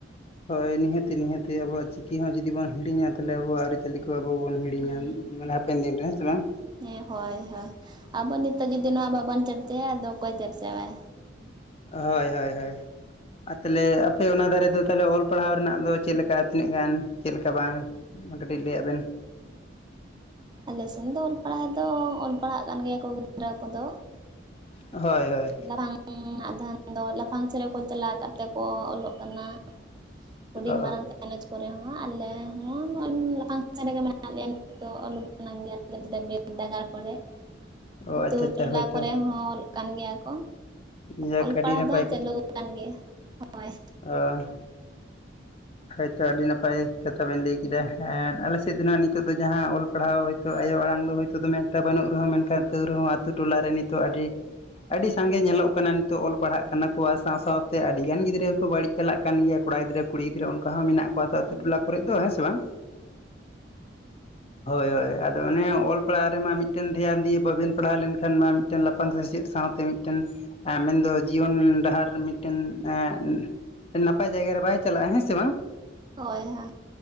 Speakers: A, on the left (about 30°); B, on the right (about 25°).
A: ᱦᱳᱭ ᱱᱤᱦᱟᱹᱛᱤ ᱱᱤᱦᱟᱹᱛᱤ ᱟᱵᱚᱣᱟᱜ ᱪᱤᱠᱤ ᱦᱚᱸ ᱡᱩᱫᱤ ᱵᱚᱱ ᱦᱤᱲᱤᱟ ᱛᱟᱦᱚᱞᱮ ᱟᱵᱚᱣᱟᱜ ᱟᱹᱨᱤ ᱪᱟᱹᱞᱤ ᱠᱚ ᱟᱵᱚ ᱵᱚᱱ ᱦᱤᱲᱤᱧᱟ
B: ᱦᱮᱸ
A: ᱢᱟᱱᱮ ᱦᱟᱯᱮᱱ ᱫᱤᱱ ᱨᱮ ᱦᱮᱸ ᱥᱮ ᱵᱟᱝ
B: ᱦᱮᱸ ᱦᱳᱭ ᱦᱳᱭ ᱟᱵᱚ ᱱᱤᱛᱚᱜ ᱡᱩᱫᱤ ᱱᱚᱣᱟ ᱵᱟᱵᱚᱱ ᱪᱚᱨᱪᱟᱭᱟ ᱟᱫᱚ ᱚᱠᱚᱭ ᱪᱚᱨᱪᱟᱭᱟ
A: ᱦᱳᱭ ᱦᱳᱭ ᱦᱳᱭ ᱟᱨ ᱛᱟᱦᱚᱞᱮ ᱟᱯᱮ ᱚᱱᱟ ᱫᱷᱟᱨᱮ ᱫᱚ ᱛᱟᱦᱚᱞᱮ ᱚᱞ ᱯᱟᱲᱦᱟᱣ ᱨᱮᱱᱟᱜ ᱫᱚ ᱪᱮᱫ ᱞᱮᱠᱟ ᱛᱤᱱᱟᱹᱜ ᱜᱟᱱ ᱪᱮᱫ ᱞᱮᱠᱟ ᱵᱟᱝ ᱠᱟᱹᱴᱤᱡ ᱞᱟᱹᱭᱟ ᱵᱮᱱ
B: ᱟᱞᱮ ᱥᱮᱱ ᱫᱚ ᱚᱞ ᱯᱟᱲᱦᱟᱣ ᱫᱚ ᱚᱞ ᱯᱟᱲᱦᱟᱜ ᱠᱟᱱ ᱜᱮᱭᱟ ᱠᱚ ᱜᱤᱫᱽᱨᱟᱹ ᱠᱚᱫᱚ
A: ᱦᱳᱭ ᱦᱳᱭ
B: ᱢᱟᱨᱟᱝ <inaudible> ᱟᱫᱚ ᱞᱟᱯᱷᱟᱝ ᱪᱮᱞᱟᱝ <unintelligible> ᱠᱚ ᱪᱟᱞᱟᱣ ᱠᱟᱛᱮ ᱠᱚ ᱚᱞᱚᱜ ᱠᱟᱱᱟ᱾ ᱦᱩᱰᱤᱧ
A: ᱚ
B: ᱢᱟᱨᱟᱝ ᱠᱚᱞᱮᱚᱡᱽ ᱠᱚᱨᱮ ᱦᱚᱸ ᱟᱞᱮ ᱦᱚᱸ ᱱᱚᱜ-ᱚᱭ ᱞᱟᱯᱷᱟᱝ <inaudible> ᱥᱟᱪ ᱨᱮᱜᱮ ᱢᱮᱱᱟᱜ ᱞᱮᱭᱟ ᱱᱤᱛ ᱫᱚ ᱚᱞ ᱜᱮᱭᱟ ᱵᱤᱫ ᱫᱟᱜᱟᱨ ᱠᱚᱨᱮ
A: ᱚ
B: ᱟᱛᱳ
A: ᱟᱪᱪᱷᱟ ᱟᱪᱪᱷᱟ
B: ᱴᱚᱞᱟ
A: ᱦᱳᱭᱛᱚ
B: ᱠᱚᱨᱮ ᱦᱚᱸ ᱠᱟᱱ ᱜᱮᱭᱟ ᱠᱚ
A: ᱡᱟᱠ
B: ᱚᱞ
A: ᱟᱹᱰᱤ
B: ᱯᱟᱲᱦᱟᱣ
A: ᱱᱟᱯᱟᱭ
B: ᱫᱚ ᱦᱟᱸᱜ ᱪᱟᱹᱞᱩᱣ ᱟᱠᱟᱱ ᱜᱮᱭᱟ ᱦᱳᱭ᱾
A: ᱟ ᱦᱳᱭᱛᱳ ᱟᱹᱰᱤ ᱱᱟᱯᱟᱭ ᱠᱟᱛᱷᱟ ᱵᱮᱱ ᱞᱟᱹᱭ ᱠᱮᱫᱟᱸ᱾ ᱟᱞᱮ ᱥᱮᱫ ᱫᱚ ᱱᱟᱦᱜ ᱱᱤᱛᱚᱜ ᱫᱚ ᱡᱟᱦᱟᱸ ᱚᱞ ᱯᱟᱲᱦᱟᱣ ᱛᱳ ᱟᱭᱳ ᱟᱲᱟᱝ ᱫᱚ ᱦᱳᱭᱛᱳ ᱫᱚᱢᱮ ᱮᱠᱴᱟ ᱵᱟᱹᱱᱩᱜ ᱨᱮᱦᱚᱸ ᱢᱮᱱᱠᱷᱟᱱ ᱛᱟᱹᱣ ᱨᱮᱦᱚᱸ ᱟᱹᱛᱩᱳ ᱴᱚᱟᱨᱮ ᱱᱤᱛᱚᱜ ᱟᱹᱰᱤ ᱟᱹᱰᱤ ᱥᱟᱸᱜᱮ ᱧᱮᱞᱚᱜ ᱠᱟᱱᱟ ᱱᱤᱛᱚᱜ ᱚᱞ ᱯᱟᱲᱦᱟᱜ ᱠᱟᱱᱟ ᱠᱚ ᱟᱨ ᱥᱟᱶ ᱥᱟᱶᱛᱮ ᱟᱹᱰᱤ ᱜᱟᱱ ᱜᱤᱫᱽᱨᱟᱹ ᱜᱮᱠᱚ ᱵᱟᱹᱲᱤᱡ ᱪᱟᱞᱟᱜ ᱠᱟᱱ ᱜᱮᱭᱟ ᱠᱚᱲᱟ ᱜᱤᱫᱽᱨᱟᱹ ᱠᱩᱲᱤ ᱜᱤᱫᱽᱨᱟᱹ ᱚᱱᱠᱟ ᱦᱚᱸ ᱢᱮᱱᱟᱜ ᱠᱚᱣᱟ
B: ᱦᱳᱭ
A: ᱟᱛᱳ ᱴᱚᱞᱟ ᱠᱚᱨᱮᱜ ᱫᱚ ᱦᱮᱸ ᱥᱮ ᱵᱟᱝ? ᱦᱳᱭ ᱦᱳᱭ ᱟᱫᱚ ᱚᱱᱮ ᱚᱞ ᱯᱟᱲᱦᱟᱜ ᱨᱮᱢᱟ ᱢᱤᱫᱴᱮᱱ ᱫᱷᱮᱭᱟᱱ ᱫᱤᱭᱳ ᱵᱟᱵᱮᱱ ᱯᱟᱲᱦᱟᱣ ᱞᱮᱱᱠᱷᱟᱱ ᱢᱟ ᱢᱤᱫᱴᱮᱱ ᱞᱟᱯᱷᱟᱝ ᱥᱮᱪᱮᱫ ᱥᱟᱶᱛᱮ ᱢᱤᱫᱴᱮᱱ ᱢᱮᱱᱫᱚ ᱡᱤᱭᱚᱱ ᱰᱟᱦᱟᱨ ᱢᱤᱫᱴᱮᱱ ᱮᱸ ᱱᱟᱯᱟᱭ ᱡᱟᱭᱜᱟ ᱨᱮ ᱵᱟᱭ ᱪᱟᱞᱟᱜ-ᱟ ᱦᱮᱸ ᱥᱮ ᱵᱟᱝ?
B: ᱦᱳᱭ ᱦᱮᱸ